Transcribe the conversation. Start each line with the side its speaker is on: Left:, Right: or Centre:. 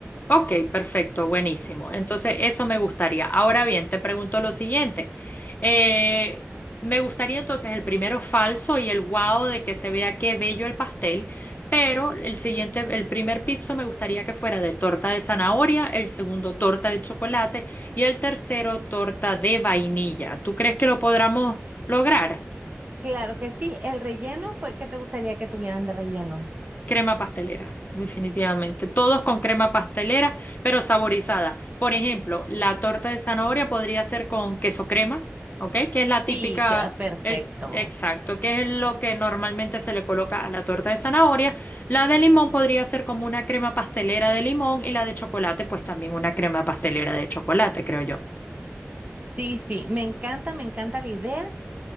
Left: Ok, perfecto, buenísimo. Entonces, eso me gustaría. Ahora bien, te pregunto lo siguiente. Eh, me gustaría entonces el primero falso y el guau de que se vea qué bello el pastel, pero el siguiente, el primer piso me gustaría que fuera de torta de zanahoria, el segundo torta de chocolate y el tercero torta de vainilla. ¿Tú crees que lo podremos lograr?
Right: Claro que sí, el relleno, cu- ¿qué te gustaría que tuvieran de relleno?
Left: Crema pastelera, definitivamente. Todos con crema pastelera, pero saborizada. Por ejemplo, la torta de zanahoria podría ser con queso crema, ¿ok? Que es la
Right: Sí,
Left: típica,
Right: queda perfecto.
Left: el, exacto, que es lo que normalmente se le coloca a la torta de zanahoria. La de limón podría ser como una crema pastelera de limón y la de chocolate, pues también una crema pastelera de chocolate, creo yo.
Right: Sí, sí, me encanta, me encanta la idea